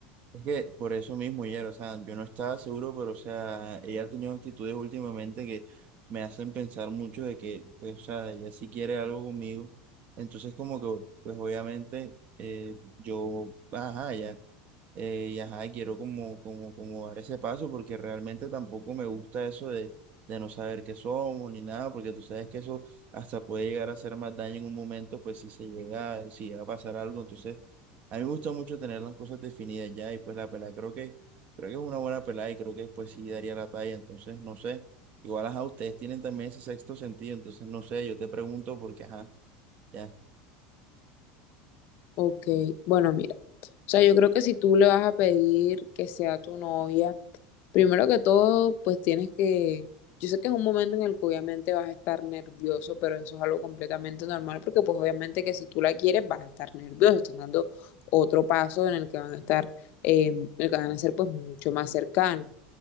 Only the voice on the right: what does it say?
Es que por eso mismo, ya, o sea, yo no estaba seguro, pero, o sea, ella ha tenido actitudes últimamente que me hacen pensar mucho de que, pues, o sea, ella sí quiere algo conmigo. Entonces, como que, pues, obviamente, eh, yo, ajá, ya. Eh, y ajá, quiero como, como, como dar ese paso porque realmente tampoco me gusta eso de, de no saber qué somos ni nada, porque tú sabes que eso hasta puede llegar a hacer más daño en un momento, pues si se llega, eh, si llega a pasar algo. Entonces, a mí me gusta mucho tener las cosas definidas ya y pues la pelada creo que, creo que es una buena pelada y creo que pues sí daría la talla. Entonces, no sé, igual ajá, ustedes tienen también ese sexto sentido, entonces no sé, yo te pregunto porque ajá, ya.